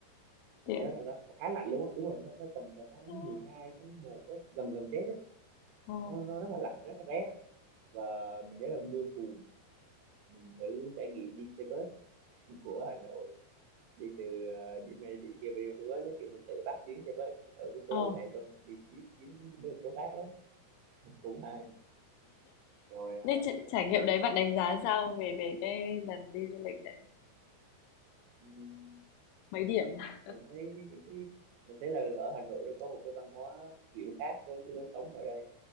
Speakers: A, on the right (about 75°); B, on the left (about 80°).
A: mình
B: Thế á?
A: nhớ là nó khá lạnh luôn á đúng rồi nó, nó tầm vào tháng
B: Ưm,
A: mười hai tháng một á gần gần Tết ấy.
B: ờ,
A: Nó, nó rất là lạnh rất là rét và mình nhớ là mưa phùn mình thử trải nghiệm đi xe bus <laughs> của Hà Nội đi từ ờ, điểm này điểm kia mà đi bằng xe bus nó kiểu mình tự bắt chuyến xe bus ở cái số
B: ờ.
A: này xong mình đi tiếp chuyến với số khác á cũng hay rồi ờ,
B: Thế tr trải nghiệm đấy bạn đánh giá sao về về cái lần đi du lịch đấy?
A: ừm,
B: Mấy điểm? <laughs>
A: mình thấy cái, cái, cái mình thấy là ở Hà Nội nó có một cái văn hóa kiểu khác với cái lối sống ở đây